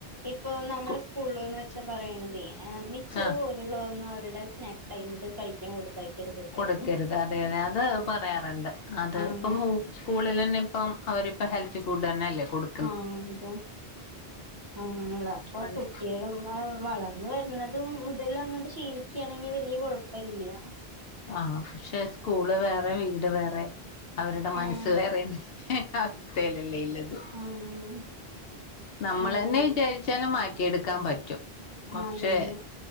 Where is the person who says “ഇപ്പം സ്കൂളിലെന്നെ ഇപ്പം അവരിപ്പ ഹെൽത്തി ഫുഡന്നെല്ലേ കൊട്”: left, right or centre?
Left